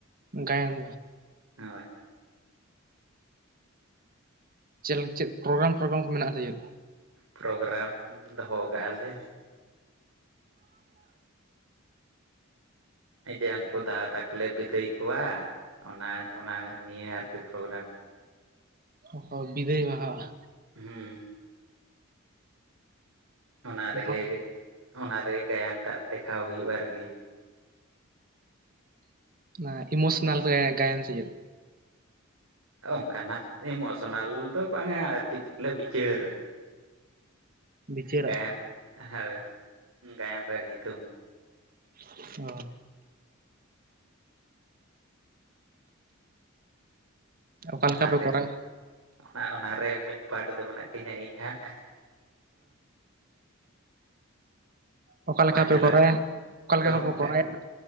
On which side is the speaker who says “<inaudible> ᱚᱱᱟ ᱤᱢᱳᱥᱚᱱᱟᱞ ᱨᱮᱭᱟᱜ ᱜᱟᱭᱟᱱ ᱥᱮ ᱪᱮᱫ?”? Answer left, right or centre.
Right